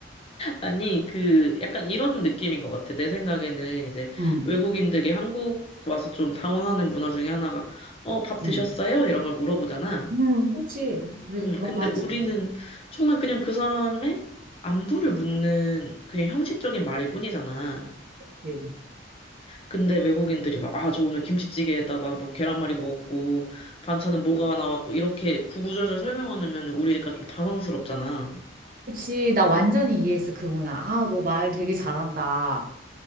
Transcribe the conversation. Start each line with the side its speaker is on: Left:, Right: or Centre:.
Left: 아니, 그, 약간 이런 느낌인 것 같아. 내 생각에는 이제
Right: 응
Left: 외국인들이 한국 와서 좀 당황하는 문화 중에 하나가, 어, 밥
Right: 응
Left: 드셨어요? 이런 걸 물어보잖아.
Right: 응 그렇지. 우리
Left: 응
Right: 그런
Left: 근데
Right: 거 하지.
Left: 우리는 정말 그냥 그 사람의 안부를 묻는 그냥 형식적인 말일 뿐이잖아.
Right: 그치.
Left: 근데 외국인들이 막, 아, 저 오늘 김치찌개에다가 뭐 계란말이 먹었고, 반찬은 뭐가 나왔고, 이렇게 구구절절 설명하면 우리가 좀 당황스럽잖아.
Right: 그치. 나 완전히 이해했어, 그 문화. 아, 너 말
Left: 음.
Right: 되게 잘한다.